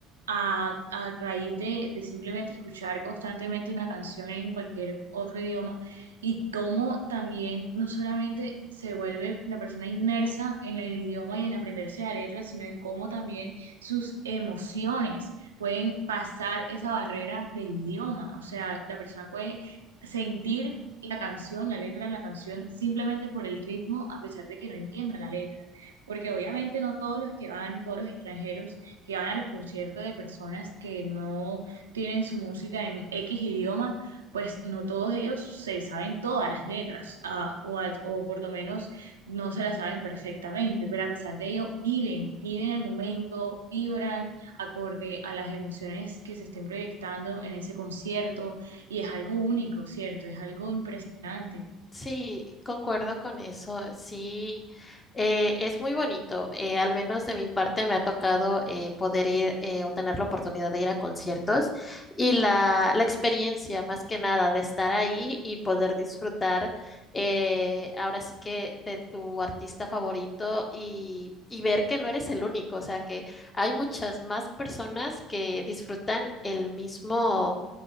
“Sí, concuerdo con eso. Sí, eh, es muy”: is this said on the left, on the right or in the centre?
Left